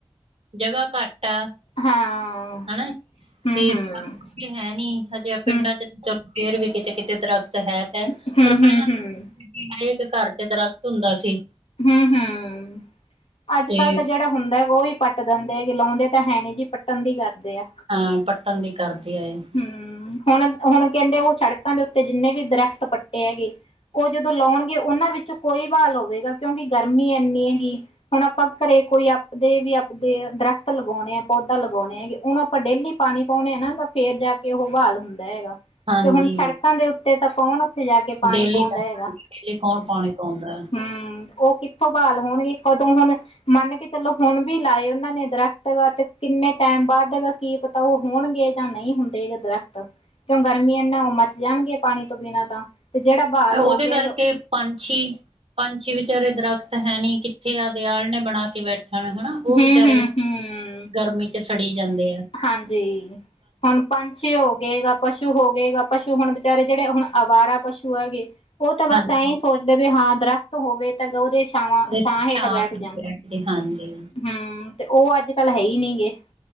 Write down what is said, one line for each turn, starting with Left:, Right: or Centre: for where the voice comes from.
Right: ਜਗ੍ਹਾ ਘੱਟ ਆ
Left: ਹਾਂ
Right: ਹਨਾ
Left: ਹੂੰ
Right: ਕ
Left: ਹੂੰ
Right: ਹੈ ਨੀ ਹਜੇ ਪਿੰਡਾਂ
Left: ਹੂੰ
Right: ਚ ਚਲੋ ਫੇਰ ਵੀ ਕਿਤੇ -ਕਿਤੇ ਦਰਖਤ ਹੈ। ਹੈ
Left: ਹੂੰ
Right: ਪਰ ਪਹਿਲਾਂ
Left: ਹੂੰ ਹੂੰ
Right: ਹਰੇਕ ਘਰ ਚ ਦਰਖਤ ਹੁੰਦਾ ਸੀ।
Left: ਹੂੰ -ਹੂੰ, ਅੱਜ
Right: ਤੇ
Left: ਕੱਲ ਤਾਂ ਜਿਹੜਾ ਹੁੰਦਾ ਉਹ ਵੀ ਪੱਟ ਪੱਟ ਦਿੰਦੇ ਗੇ, ਲਾਉਂਦੇ ਤਾਂ ਹੈ ਨੀ ਜੀ ਪੱਟਣ ਦੀ ਕਰਦੇ ਆ।
Right: ਹਾਂ ਪੱਟਣ ਦੀ ਕਰਦੀ ਆਂਏ।
Left: ਹੂੰ ਹੁਣ -ਹੁਣ ਕਹਿੰਦੇ ਉਹ ਸੜਕਾਂ ਦੇ ਉੱਤੇ ਜਿੰਨੇ ਵੀ ਦਰਖਤ ਪੱਟੇ ਹੈਗੇ। ਉਹ ਜਦੋਂ ਲਾਉਣਗੇ ਉਹਨਾਂ ਵਿੱਚੋਂ ਕੋਈ ਬਹਾਲ ਹੋਵੇਗਾ, ਕਿਉਂਕਿ ਗਰਮੀ ਇੰਨੀ ਹੈਗੀ। ਹੁਣ ਆਪਾਂ ਘਰੇ ਕੋਈ ਆਪਦੇ - ਆਪਦੇ ਦਰਖਤ ਲਗਾਉਂਦੇ ਆ ਪੌਦਾ ਲਗਾਉਂਦੇ ਹੈਗੇ, ਉਹ ਨੂੰ ਆਪਾਂ ਡੇਲੀ ਪਾਣੀ ਪਾਉਂਨੇ ਨਾ ਤਾਂ ਫੇਰ ਜਾ ਕੇ ਉਹ ਬਹਾਲ ਹੁੰਦਾ ਹੈਗਾ,
Right: ਹਾਂਜੀ
Left: ਤੇ ਹੁਣ ਸੜਕਾਂ ਦੇ ਉੱਤੇ ਤਾਂ ਕੌਣ ਉੱਥੇ ਜਾ ਕੇ ਪਾਣੀ
Right: ਡੇਲੀ
Left: ਕੋਣ ਪਾਉਂਦਾ
Right: ਦਾ ਹਾਂਜੀ
Left: ਹੈਗਾ,
Right: ਡੇਲੀ ਕੌਣ ਪਾਣੀ ਪਾਉਂਦਾ
Left: ਹੂੰ। ਉਹ ਕਿੱਥੋਂ ਬਹਾਲ ਹੋਣਗੇ ਕਦੋਂ ਹੁਣ ਮੰਨ ਕੇ ਚਲੋ ਹੁਣ ਵੀ ਲਾਏ ਉਹਨਾਂ ਨੇ ਦਰਖਤ ਵਾ ਤੇ ਕਿੰਨੇ ਟਾਈਮ ਬਾਅਦ ਕੀ ਪਤਾ ਉਹ ਹੋਣਗੇ। ਤਾਂ ਨਹੀਂ ਹੁੰਦੇ ਦਰਖਤ, ਕਿਉਂ ਗਰਮੀਆਂ ਨਾਲ ਉਹ ਮੱਚ ਜਾਣਗੇ ਪਾਣੀ ਤੋਂ ਬਿਨਾਂ ਤਾਂ ਤੇ ਜਿਹੜਾ ਬਹਾਲ
Right: ਉਹਦੇ
Left: ਹੋ ਗਿਆ
Right: ਕਰਕੇ
Left: ਜੋ
Right: ਪੰਛੀ -ਪੰਛੀ ਵਿਚਾਰੇ ਦਰਖਤ ਹੈ ਨੀ ਕਿੱਥੇ ਆਪ ਦੇ ਆਲ੍ਹਣੇ ਨੇ ਬਣਾ ਕੇ ਬੈਠਣ ਹਨਾ। ਉਹ
Left: ਹੂੰ-ਹੂੰ-ਹੂੰ,
Right: ਵਿਚਾਰੇ ਗਰਮੀ 'ਚ ਸੜੀ ਜਾਂਦੇ ਆ।
Left: ਹਾਂਜੀ ਹੁਣ ਪੰਛੀ ਹੋ ਗਏ ਤਾਂ ਪਸ਼ੂ ਪਸ਼ੂ ਹੋ ਗਏ, ਪਸ਼ੂ ਹੁਣ ਬੇਚਾਰੇ ਜਿਹੜੇ ਹੁਣ ਅਵਾਰਾ ਪਸ਼ੂ ਹੈਗੇ, ਉਹ ਤਾਂ ਬਸ
Right: ਹਾਂਜੀ।
Left: ਐਂ ਸੋਚਦੇ ਦੇ ਹਾਂ ਦਰਖਤ ਹੋਵੇ ਗਾ ਉਹ ਦੇ ਛਾਵਾਂ
Right: ਉਹਦੇ
Left: ਛਾਂ
Right: ਚ
Left: ਹੇਠ ਬੈਠ ਜਾਣ।
Right: ਬੈਠਦੇ ਹਾਂਜੀ,
Left: ਹਮ, ਤੇ ਉਹ ਅੱਜ ਕੱਲ ਹੈ ਹੀ ਨਹੀਂ ਗੇ